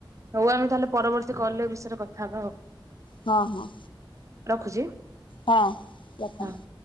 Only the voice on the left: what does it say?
ହଁ ହଁ।
ହଁ ରଖନ୍ତୁ